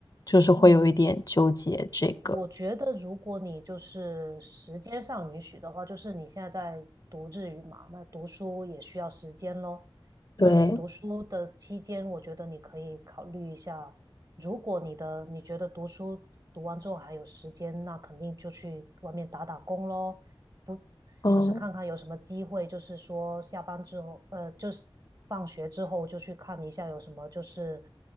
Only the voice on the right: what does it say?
嗯，我觉得，如果你就是时间上允许的话，就是你现在在读日语嘛，那读书也需要时间咯。
那你读书的期间，我觉得你可以考虑一下，如果你的你觉得读书读完之后还有时间，那肯定就去外面打打工咯，不就是看看有什么机会，
就是说下班之后，呃，就是放学之后就去看一下有什么就是